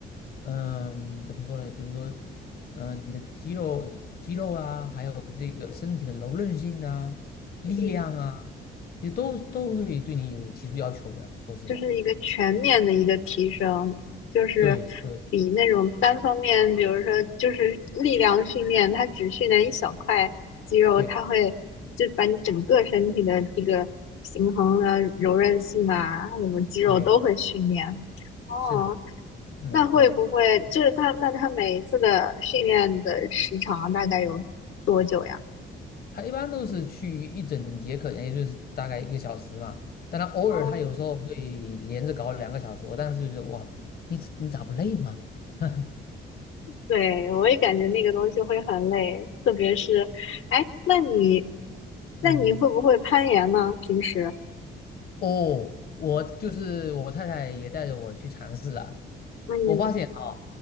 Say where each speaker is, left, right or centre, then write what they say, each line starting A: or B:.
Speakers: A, on the left (about 50°); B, on the left (about 80°).
A: 嗯，怎么说呢？比如说，嗯，你的肌肉、肌肉啊，还有这个身体的柔韧性啊、力量啊，
B: 嗯，
A: 其实都都会对你有提出要求的。说实话，
B: 就是一个全面的一个提升，就是
A: 对对
B: 比那种单方面，比如说就是力量训练，它只训练一小块肌肉，
A: 对
B: 它会就把你整个身体的这个平衡啊、柔韧性啊，什么肌肉都会训练。
A: 对，
B: 哦，
A: 是的，嗯嗯，
B: 那会不会就是他？那他每一次的训练的时长啊大概有多久呀？
A: 他一般都是去一整节课，也就是大概一个小时嘛。但他偶尔他有时候会
B: 哦，
A: 连着搞两个小时，我当时就觉得哇，你你咋不累吗？<laughs>
B: 对，我也感觉那个东西会很累，特别是，哎，那你，那你会不会攀岩呢？
A: 嗯。
B: 平时？
A: 哦，我就是我太太也带着我去尝试了，
B: 嗯
A: 我发现啊，